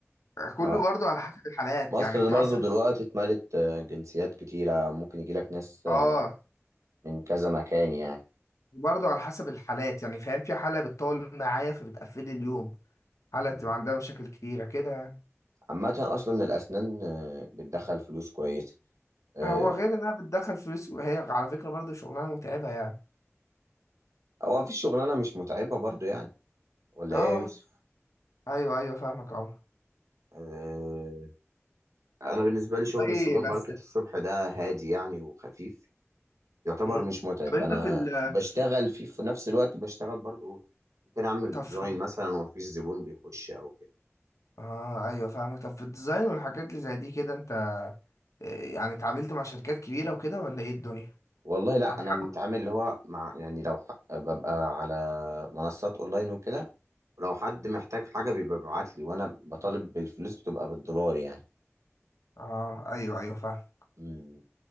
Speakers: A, on the left; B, on the right.
A: كله
B: اه
A: برضه على حسب الحالات
B: مصر
A: يعني أنت
B: برضو
A: مثلا
B: دلوقتي اتملت آه، جنسيات كتيرة ممكن يجي لك ناس آه،
A: اه
B: من كذا مكان يعني
A: برضه على حسب الحالات يعني فاهم في حالة بتطول معايا فبتقفلي اليوم حالة
B: مم.
A: بتبقى عندها مشاكل كتيرة كده يعني
B: عامة أصلا الأسنان آه، بتدخل فلوس كويسة آه،
A: هو غير انها بتدخل فلوس وهي على فكرة برضه شغلانة متعبة يعني
B: هو مفيش شغلانة مش متعبة برضو يعني ولا
A: اه
B: إيه يا يوسف؟
A: ايوه ايوه فاهمك اه
B: آه، أنا بالنسبة لي شغل
A: اي
B: السوبر ماركت
A: بس
B: الصبح ده هادي يعني وخفيف يعتبر
A: مم.
B: مش متعب
A: طب انت
B: أنا
A: في ال
B: بشتغل فيه في نفس الوقت بشتغل برضو ممكن أعمل
A: طب
B: ديزاين
A: في
B: مثلا ومفيش زبون بيخش أو كده
A: اه ايوه فاهمك طب في الديزاين والحاجات اللي زي دي كده انت إيه، يعني اتعاملت مع شركات كبيرة وكده ولا ايه الدنيا؟
B: والله لا
A: ما تحاول
B: انا متعامل اللي هو مع يعني لو ح- ببقى على منصات اونلاين وكده لو حد محتاج حاجه بيبقى بيبعت لي وانا بطالب بالفلوس بتبقى بالدولار يعني
A: اه ايوه ايوه فاهم
B: مم.